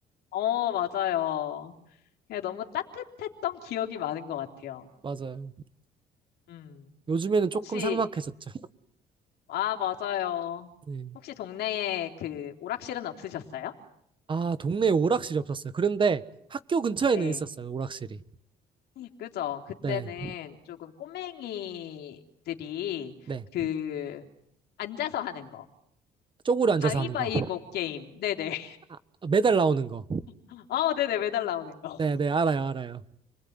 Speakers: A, on the left; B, on the right.
A: 어, 맞아요. 그냥 너무 따뜻했던 기억이 많은 것 같아요.
B: 맞아요.
A: 음.
B: 요즘에는 조금
A: 혹시,
B: 삭막해졌죠.
A: 아, 맞아요.
B: 네.
A: 혹시 동네에 그 오락실은 없으셨어요?
B: 아, 동네에 오락실이 없었어요. 그런데 학교 근처에는
A: 네.
B: 있었어요, 오락실이.
A: 그죠. 그때는
B: 네,
A: 조금 꼬맹이들이
B: 네.
A: 그 앉아서 하는 거.
B: 쪼그려 앉아서
A: 가위바위보
B: 하는 거.
A: 게임. 네네.
B: 아, 아, 매달 나오는 거.
A: <laughs> 어, 네네. 매달 나오는 거.
B: 네, 네, 알아요, 알아요.